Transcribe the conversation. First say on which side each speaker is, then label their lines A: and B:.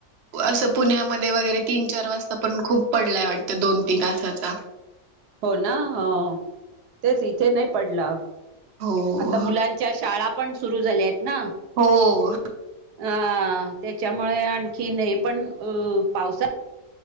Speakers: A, on the right; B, on the right.
A: असं पुण्यामध्ये वगैरे तीन चार वाजता पण खूप पडलाय वाटतं दोन तीन तासाचा.
B: हो ना हा तेच इथे नाही पडला
A: हो
B: आता मुलां च्या शाळा पण सुरू झाल्या आहेत ना
A: हो
B: अ त्याच्यामुळे आणखी हे पण अ पावसा